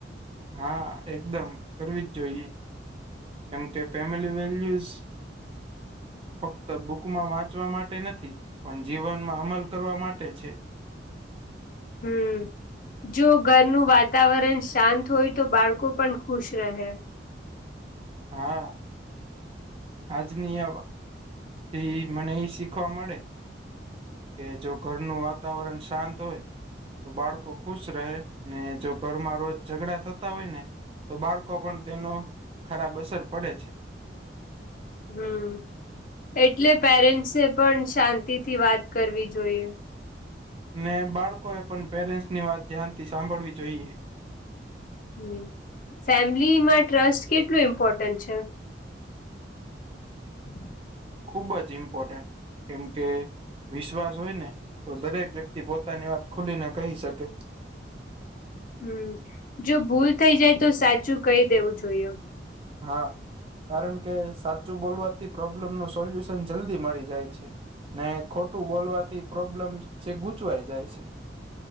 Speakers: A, on the right; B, on the left.
A: હા એકદમ કરવી જ જોઈએ. કેમ કે ફેમિલી વેલ્યુઝ ફક્ત બુકમાં વાંચવા માટે નથી પણ જીવનમાં અમલ કરવા માટે છે.
B: હમ. જો ઘરનું વાતાવરણ શાંત હોય તો બાળકો પણ ખુશ રહે
A: હા આજની આ વા થી મને એ શીખવા મળે કે જો ઘરનું વાતાવરણ શાંત હોય તો બાળકો ખુશ રહે ને જો ઘરમાં રોજ ઝઘડા થતા હોય ને તો બાળકો પણ તેનો ખરાબ અસર પડે છે.
B: હમ એટલે પેરેન્ટસે પણ શાંતિ થી વાત કરવી જોઈએ
A: ને બાળકોએ પણ પેરેન્ટ્સની વાત ધ્યાનથી સાંભળવી જોઈએ
B: હમ ફેમિલીમાં ટ્રસ્ટ કેટલું ઇમ્પોર્ટન્ટ છે? હ
A: ખુબ જ ઇમ્પોર્ટન્ટ કેમ કે વિશ્વાસ હોય ને તો દરેક વ્યક્તિ પોતાની વાત ખુલીને કહી શકે
B: હમ જો ભૂલ થઇ જાય તો સાચું કહી દેવું જોઈએ
A: હા કારણ કે સાચું બોલવાથી પ્રોબ્લેમ નુ સોલ્યુશન જલ્દી મળી જાય છે. ને ખોટું બોલવાથી પ્રોબ્લેમ જે ગૂંચવાઈ જાય છે.